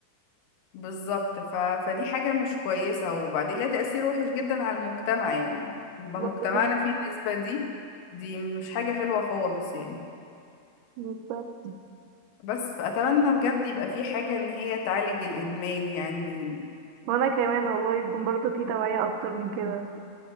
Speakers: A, on the left (about 80°); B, on the right (about 80°).
A: بالظبط ف... فدي حاجة مش كويسة وبعدين لها تأثير وحش جدا على المجتمع يعني يبقى
B: الله
A: مجتمعنا
B: يخليك.
A: فيه النسبة دي دي مش حاجة حلوة خالص يعني
B: بالظبط
A: بس فأتمنى بجد يبقى في حاجة إن هي تعالج الإدمان يعني
B: وانا كمان والله يكون برضه في توعية اكتر من كده